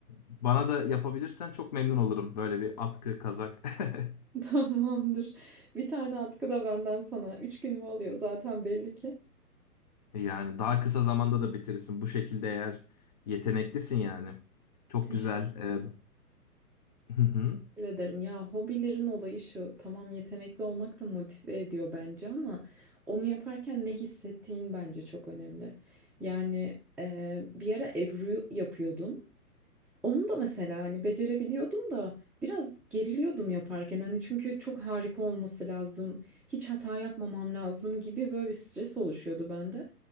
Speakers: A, on the left; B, in the centre.
A: bana da yapabilirsen çok memnun olurum. Böyle bir atkı, kazak. <laughs>
B: <laughs> Tamamdır. Bir tane atkı da benden sana. Üç günümü alıyor zaten belli ki.
A: Yani daha kısa zamanda da bitirirsin. Bu şekilde eğer yeteneklisin yani. Çok
B: Teş-
A: güzel. Ee, hı hı.
B: Teşekkür ederim. Ya hobilerin olayı şu. Tamam yetenekli olmak da motive ediyor bence ama onu yaparken ne hissettiğin bence çok önemli. Yani e, bir ara Ebru yapıyordum. Onu da mesela hani becerebiliyordum da biraz geriliyordum yaparken. Hani çünkü çok harika olması lazım. Hiç hata yapmamam lazım gibi böyle bir stres oluşuyordu bende.